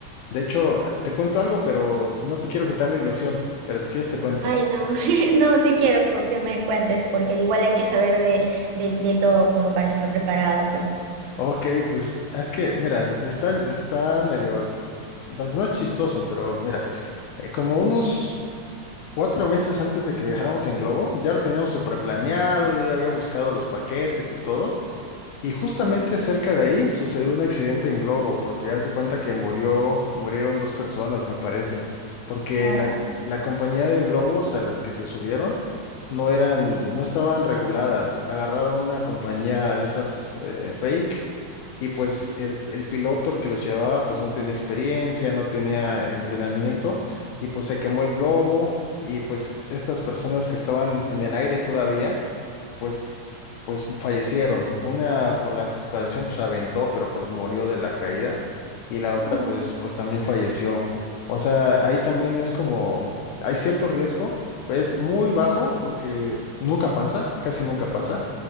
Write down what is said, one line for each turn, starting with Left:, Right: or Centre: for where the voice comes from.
Left: De hecho, eh, te cuento algo, pero no te quiero quitar la ilusión, pero si quieres te cuento.
Right: Ay, no, <laughs> no, sí quiero co- que me cuentes, porque igual hay que saber de, de, de todo como para estar preparado, pues.
Left: Ok, pues ah, es que, mira, está, está medio, pues no chistoso, pero mira, eh, como unos cuatro meses antes de que viajáramos en globo, ya lo teníamos súper planeado, yo ya había buscado los paquetes y todo. Y justamente
Right: ¿Mm?
Left: cerca de ahí sucedió un accidente en globo, porque haz de cuenta que murió, murieron dos personas, me parece, porque
Right: Oh,
Left: la, la compañía de globos a las que se subieron no eran, no estaban reguladas, agarraron una compañía de esas eh, fake y pues el, el piloto, el que los llevaba, pues no tenía experiencia, no tenía entrenamiento y pues se quemó el globo y pues estas personas que estaban en el aire todavía pues pues fallecieron. Una por la desesperación, pues aventó, pero pues murió de la caída. Y la otra,
Right: oh.
Left: pues, pues también falleció. O sea, ahí también es como, hay cierto riesgo, pero es muy bajo porque nunca pasa, casi nunca pasa.